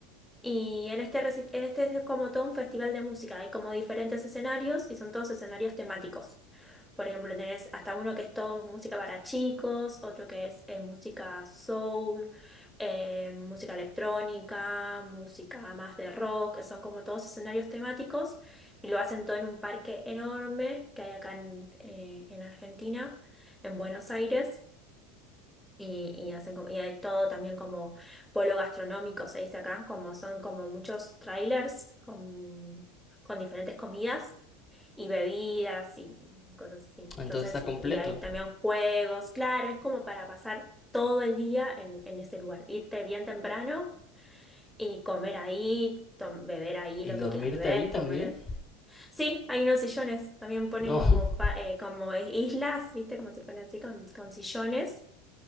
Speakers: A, in the centre; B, on the left.
A: Y en este, reci- en este es como todo un festival de música, hay como diferentes escenarios y son todos escenarios temáticos. Por ejemplo, tenés hasta uno que es todo música para chicos, otro que es eh, música soul, eh, música electrónica, música más de rock, son como todos escenarios temáticos y lo hacen todo en un parque enorme que hay acá en, eh, en Argentina, en Buenos Aires y, y hacen como- y hay todo también como polo gastronómico, se dice acá, como son como muchos trailers con, con diferentes comidas y bebidas y, y cosas así.
B: Entonces
A: Entonces,
B: está
A: y,
B: completo.
A: y hay también juegos, claro, es como para pasar todo el día en, en ese lugar, irte bien temprano y comer ahí, tom- beber ahí
B: ¿Y
A: lo
B: dormirte
A: que quieras beber,
B: ahí también?
A: comer. Sí, hay unos sillones, también ponen
B: No.
A: como, pa-
B: <laughs>
A: eh, como islas, ¿viste? Como se ponen así con, con sillones